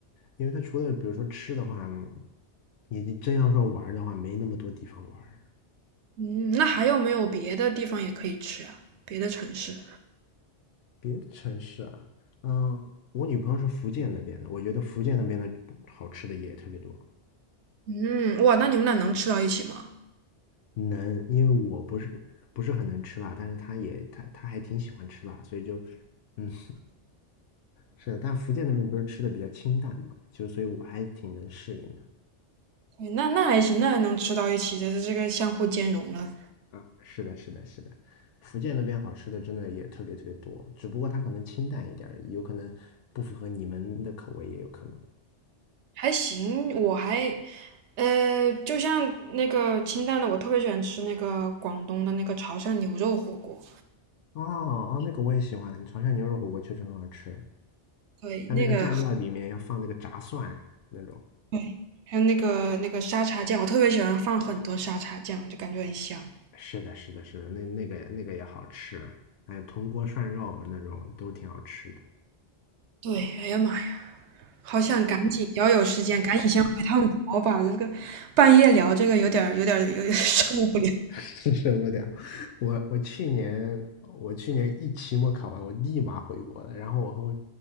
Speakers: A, on the left; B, on the right.
A: 因为他除了比如说吃的话，你真要说玩儿的话，没那么多地方玩儿
B: 嗯，那还有没有别的地方也可以吃啊？别的城市？
A: 别的城市啊，嗯，我女朋友是福建那边的，我觉得福建那边的好吃的也特别多。
B: 嗯，哇，那你们俩能吃到一起吗？
A: 能，因为我不是不是很能吃辣，但是她也她她还挺喜欢吃辣，所以就，嗯，是的，但福建那边不是吃的比较清淡嘛，就所以我还挺能适应的。
B: 对那那还行，那还能吃到一起，这是这个相互兼容了，
A: 啊，是的，是的，是的，福建那边好吃的真的也特别特别多，只不过它可能清淡一点儿有可能不符合你们的口味，也有可能。
B: 还行。我还，呃，就像那个清淡的，我特别喜欢吃那个广东的那个潮汕牛肉火锅，
A: 哦哦，那个我也喜欢，潮汕牛肉火锅确实很好吃，
B: 对，
A: 它那个蘸料里面要放那个炸蒜那种。
B: 那个对，还有那个那个沙茶酱，我特别喜欢放很多沙茶酱，就感觉很香。
A: 是的，是的，是的，那那个那个也好吃，还有铜锅涮肉那种都挺好吃的。
B: 对，哎呀妈呀，好想赶紧，要有时间赶紧先回趟国吧，这个半夜聊这个有点儿有点儿有点儿 <laughs> 受不了。
A: <laughs> 是受不了。我我去年我去年一期末考完，我立马回国了。然后我和我